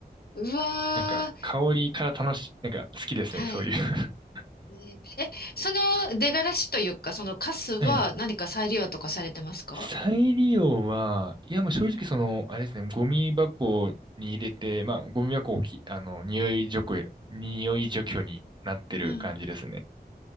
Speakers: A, on the left (about 65°); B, on the right (about 25°).
A: うわ
B: なんか、香りから楽し、なんか、好きですね、
A: ー。はい。
B: そういう。<laughs>
A: ねえー、えその出がらしというか、そのカスは何か再利用とかされてますか
B: ええ。再利用は、いや、もう正直その、あれですね、ゴミ箱に入れて、まあ、ゴミ箱をき、あの、匂い除去、匂い除去になってる感じですね。
A: うん。